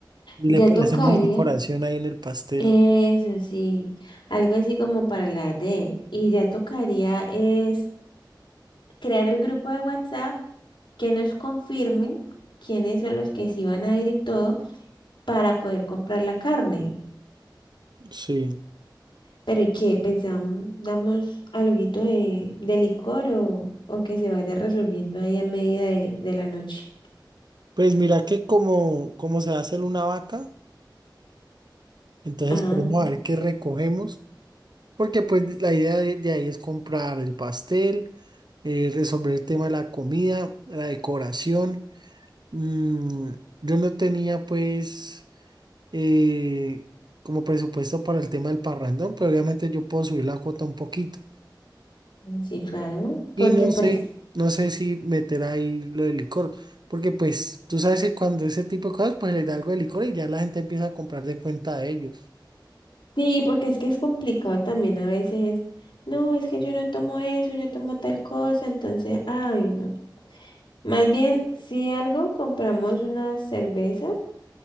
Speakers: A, on the right; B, on the left.
A: Y
B: Ya
A: le, le
B: tocaría.
A: hacemos una decoración ahí en el pastel.
B: Eso sí, algo así como para la de él. Y ya tocaría es crear el grupo de WhatsApp que nos confirmen quiénes son los que sí van a ir y todo para poder comprar la carne.
A: Sí.
B: Pero ¿y qué? ¿Pensamos, damos alguito de, de licor o, o que se vaya resolviendo ahí a medida de, de la noche?
A: Pues mira que como, como se va a hacer una vaca, entonces
B: Ah,
A: podemos a ver qué recogemos. Porque pues la idea de, de ahí es comprar el pastel, eh, resolver el tema de la comida, la decoración. Mm, yo no tenía pues eh, como presupuesto para el tema del parrandón, pero obviamente yo puedo subir la cuota un poquito.
B: sí, claro, porque
A: Y no
B: pues...
A: sé, no sé si meter ahí lo de licor, porque pues tú sabes que cuando ese tipo de cosas, pues le da algo de licor y ya la gente empieza a comprar de cuenta de ellos.
B: Sí, porque es que es complicado también a veces. No, es que yo no tomo eso, yo tomo tal cosa, entonces, ay, no. Más bien, si algo, compramos unas cervezas